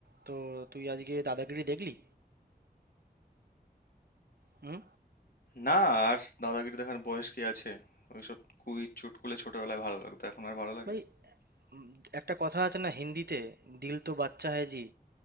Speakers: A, on the right; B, on the left.
A: তো তুই আজকে দাদাগিরি দেখলি হুম
B: না আর দাদাগিরি দেখার বয়স কি আছে ওইসব কুইজ চুটকুলে ছোটবেলায় ভালো লাগতো এখন আর ভালো লাগে
A: ভাই উম, একটা কথা আছে না হিন্দিতে দিল তো বাচ্চা হ্যায় জি